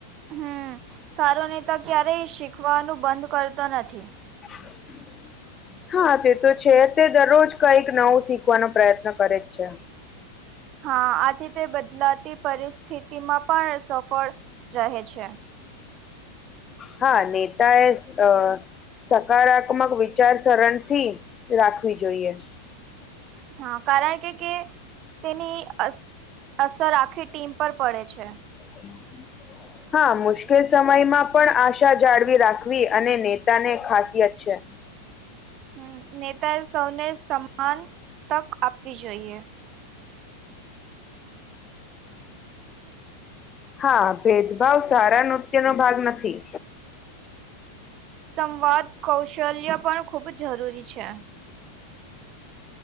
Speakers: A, on the right; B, on the left.
A: હમ સારું નેતા ક્યારેય શીખવાનું બંધ કરતો નથી
B: હ હા તે તો છે તે દરરોજ કઈક નવું શીખવાનો પ્રયત્ન કરેજ છે
A: હા આથી તે બદલાતી પરિસ્થિતિમાં પણ સફળ રહે છે
B: હા નેતા એ અ સકારાત્મક વિચાર સરરણ થી રાખવી જોઈએ
A: હા કારણ કે કે તેની અસર રાખે આખી ટીમ પર પડે છે
B: હમ હા મુશ્કેલ સમયમાં પણ આશા જાળવી રાખવી અને નેતાને ખાસિયત છે
A: હ નેતાએ સૌને સમાન તક આપવી જોઈએ <inaudible>
B: હા ભેદભાવ સારા નૃત્યનો ભાગ નથી
A: સંવાદ કૌશલ્ય પણ ખૂબ જરૂરી છે